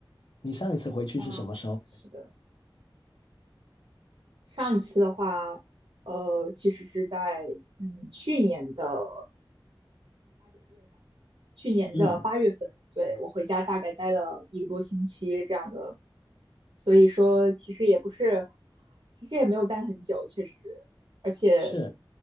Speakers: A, on the left (about 65°); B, on the right (about 80°).
A: 你上一次回去是什么时候？
B: 嗯啊，是的。上一次的话，呃，其实是在嗯去年的去年的八月份，
A: 嗯，
B: 对，我回家大概待了一个多星期这样的，所以说其实也不是，其实也没有待很久，确实，而且
A: 是